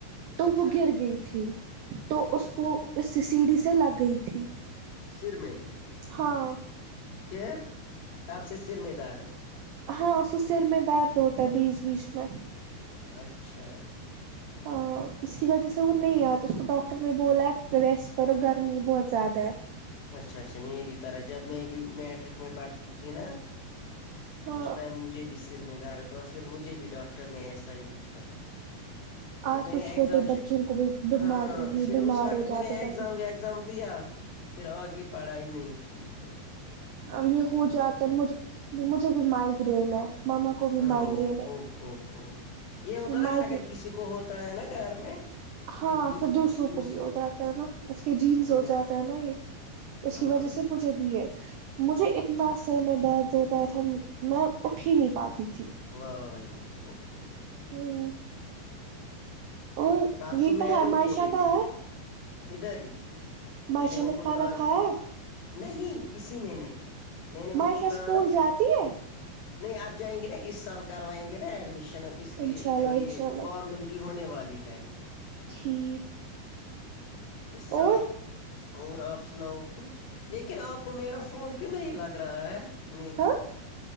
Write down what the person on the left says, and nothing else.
اچھا
اچھا
سر میں
پھر آپ سے سر میںیدہارت
اچھا
اچھا اچھا میری طرح جب میں بھی میٹرک میں پڑھتی تھی نا
اس ٹائم مجھے بھی سر میں دار ہوتا پھر مجھے بھی ڈاکٹر نے ایسا ہی کچھ کہا پھر
میں
نے
ایگزام
ہاں
پھر
اس وقت
میں نے ایگزام
ویگزام دیا پھر آگے پڑھائی نہیں کی پھر
ہاںو
اوو ہوو یہ ہوتا
نا اگر کسی کو ہوتا ہے نا گھر میں
جس
دوس
ہاں
ہاں
وو ہوو ہو ہو
پرسوں
مہنور
کو بھی
تھا
ادھر ہی
میں نے ان کو
کہا
نہیں کسی نے نہیں میں نے ان
کو
کہا ن
نہیں آب جائیں گے نا اس سال کروائیں گے نا ایڈمیشن اس کی
جو یہ
فارملٹی چٹی ہونے والی ہے
اس سال
اور آپ سناؤ کچھ لیکن آپ کو میرا فون کیوں نہیں لگ رہا ہے مری